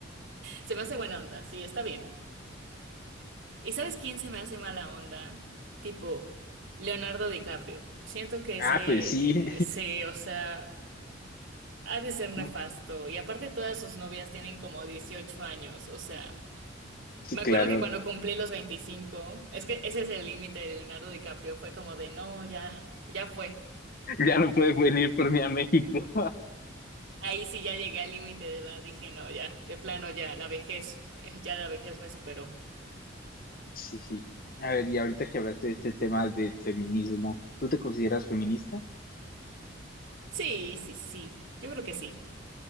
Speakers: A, on the right; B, on the left.
A: se me hace buena onda, sí, está bien. ¿Y sabes quién se me hace mala onda? Tipo, Leonardo DiCaprio. Siento que
B: Ah,
A: ese,
B: pues sí.
A: eh, sí, o sea. Ha de ser nefasto.
B: <laughs>
A: Y aparte todas sus novias tienen como 18 años. O sea,
B: Sí,
A: me
B: claro,
A: acuerdo que cuando cumplí los 25, es que ese es el límite de Leonardo DiCaprio. Fue como de, no, ya, ya fue.
B: <laughs> Ya no puede venir por mí a México.
A: Ahí sí ya llegué al límite de edad. Dije, no, ya, de plano ya, la vejez, eh, ya la vejez me superó.
B: Sí, sí. A ver, y ahorita que hablaste de este tema del feminismo, ¿tú te consideras feminista?
A: Sí, sí, sí. Yo creo que sí.